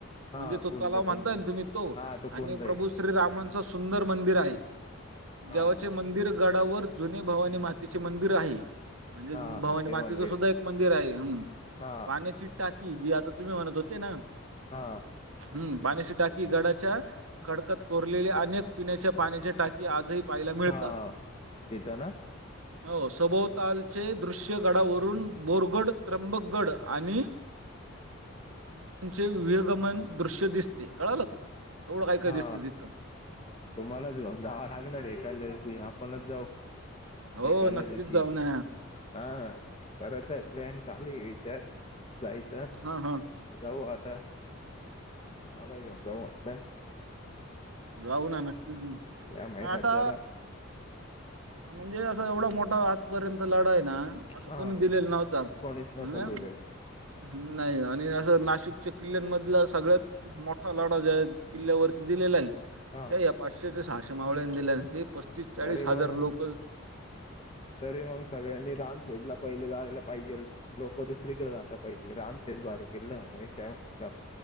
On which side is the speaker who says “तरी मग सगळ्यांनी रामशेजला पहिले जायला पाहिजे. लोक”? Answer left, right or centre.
Left